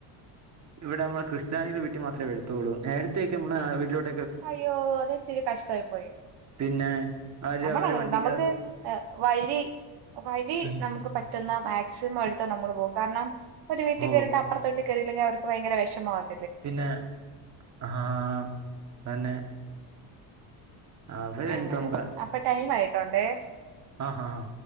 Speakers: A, on the right; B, on the right.
A: ഇവിടെ നമ്മള് ക്രിസ്ത്യാനിടെ വീട്ടിൽ മാത്രമേ വരൂ ത്തോളൂ നേരത്തേക്കെ വീട്ടില
B: അയ്യോ അതെ സിരി കഷ്ട ആയിപ്പോയി
A: പിന്നെ അവര്
B: നമ്മുടെ
A: അവര്
B: അങ്ങനെ
A: വണ്ടിക്കകത്ത്
B: നമുക്ക് വഴി വഴി
A: ഉം
B: നമുക്ക് പറ്റുന്ന മാക്സിമം എടുത്താൽ നമ്മള് പോകും കാരണം ഒരു വീട്ടേക്ക്
A: ഓ
B: വട്ട് അപ്പുത്തോട്ട് കേറില്ലെങ്കി അവർക്ക് ഭയങ്കര വിഷമാവും
A: പിന്നെ ആഹ തന്നെ ആഹ ഭയ
B: അങ്ങനെ
A: എന്തമക്ക
B: അപ്പൊ ടൈം ആയിട്ടുണ്ടേ
A: ആഹ ഹഹ ആഹ